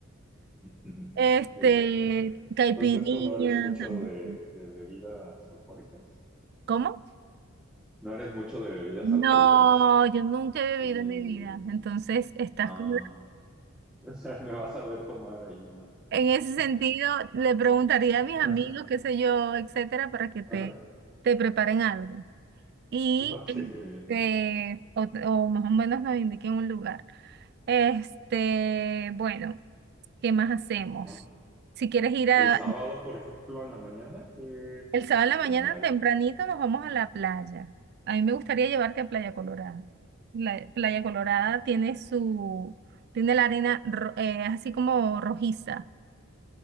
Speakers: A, in the centre; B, on the right.
A: <laughs>
B: Este,
A: Ok.
B: caipirinha
A: Entonces tú no eres mucho
B: también.
A: de, de bebidas alcohólicas.
B: ¿Cómo?
A: No eres mucho de bebidas
B: No,
A: alcohólicas.
B: yo nunca he bebido
A: Y,
B: en mi vida. Entonces, estás
A: ah,
B: con-
A: <laughs> o sea, me vas a ver tomar ahí nada más.
B: En ese sentido, le preguntaría
A: <laughs>
B: a mis amigos, qué sé yo, etcétera, para que te,
A: Ajá.
B: te preparen algo. Y
A: Ok, muy bien.
B: este, o, o más o menos nos indiquen un lugar. Este, bueno, ¿qué más hacemos?
A: Ajá.
B: Si quieres ir
A: El
B: a,
A: sábado, por ejemplo, en la mañana, ¿qué
B: El sábado en
A: recomendarías?
B: la mañana tempranito nos vamos
A: Ujú.
B: a la playa. A mí me gustaría llevarte a Playa Colorada. La Playa Colorada
A: Ah, ok.
B: tiene su, tiene la arena ro- eh, así como rojiza.